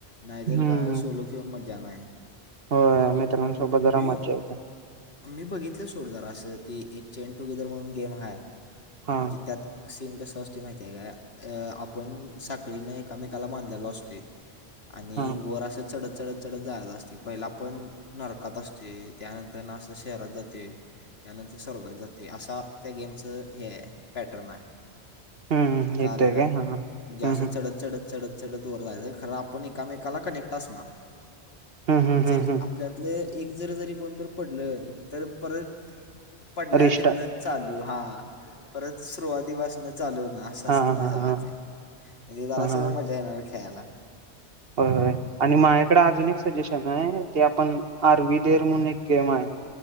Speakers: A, on the left; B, on the right.
A: नाहीतर
B: हम्म
A: काय सोलो खेळून मज्जा नाही.
B: होय, मित्रांसोबत जरा
A: मी
B: मज्जा येत्या.
A: मी बघितलं सोड जरा असं, ती एक चेन टुगेदर म्हणून गेम हाय,
B: हा
A: म्हणजे त्यात सीन कसा आसतोय माहिती आहे काय? अ आपण साखळीने एकामेकाला बांधलेल असतोय. आणि
B: हा
A: वर असं चढत, चढत, चढत जायच असतय पहिला आपण नरकात असतोय, त्या नंतर ना अस शहरात जातोय. त्यानंतर स्वर्गात जातोय, असा त्या गेमचं, पॅटर्न आहे.
B: हम्म
A: काळालं
B: येतोय
A: काय,
B: हा हम्म
A: म्हणजे आस
B: हम्म
A: चढत चढत, चढत. चढत वर जायच, खर आपण एकामेकाला कनेक्ट असणार.
B: हम्म हम्म.
A: जर,
B: हम्म
A: आपल्यातल एक जर जरी कोणतर पडल, तर परत पडल्या
B: रिस्टार्ट
A: तिथनं चालू हा परत सुरुवातीपासन चालू होणार. असा
B: हा
A: सीन आहे
B: हा
A: सगळा
B: हा
A: ते जरा
B: हा हा
A: सगळ मजा येणार खेळायला.
B: होय आणि माझ्याकडे अजून एक सजेशन आहे ते आपण आर वी देअर म्हणून एक गेम आहे.